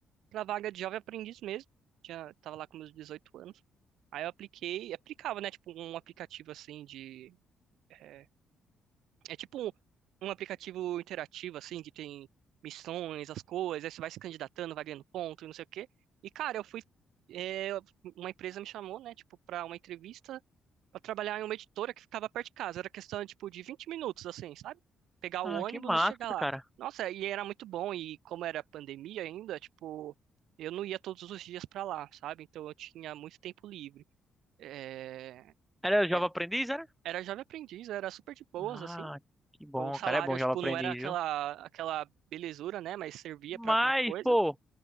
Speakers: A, on the right; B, in the centre.
A: pra vaga de jovem aprendiz mesmo. Já tava lá com meus 18 anos. Aí eu apliquei, aplicava, né, tipo um aplicativo assim de é, É tipo um, um aplicativo interativo, assim, que tem missões, as coisas, aí você vai se candidatando, vai ganhando ponto e não sei o quê. E, cara, eu fui. é, uma empresa me chamou, né, tipo, pra uma entrevista pra trabalhar em uma editora que ficava perto de casa. Era questão, tipo, de 20 minutos, assim, sabe? Pegar o
B: Ah,
A: ônibus
B: que massa,
A: e chegar lá.
B: cara.
A: Nossa, e era muito bom, e como era pandemia ainda, tipo, eu não ia todos os dias pra lá, sabe? Então eu tinha muito tempo livre. É,
B: Era Jovem
A: é,
B: Aprendiz, era?
A: era jovem aprendiz, era super de boas,
B: Ah,
A: assim.
B: que bom,
A: O salário,
B: cara. É bom Jovem
A: tipo,
B: Aprendiz,
A: não era aquela,
B: viu?
A: aquela belezura, né? Mas servia
B: Mas,
A: pra alguma coisa.
B: pô,